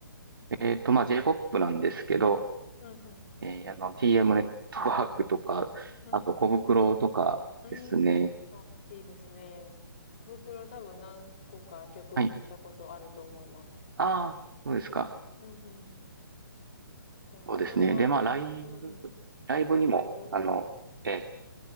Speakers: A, on the right; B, on the left.
A: えっと、まあ、J-POP なんですけど、
B: うんうん。
A: えーあの、TM ネットワークとか、
B: うん
A: あと、コブクロとかですね。
B: うん。うーん。あ、いいですね。小袋多分何個か曲聞いたことあると思います。
A: はい。ああ、そうですか。
B: うんうんうん。私も、
A: そうですね。で、まあ、ライブ、
B: うん。
A: ライブにも、
B: あ、ライブうん
A: あの、えー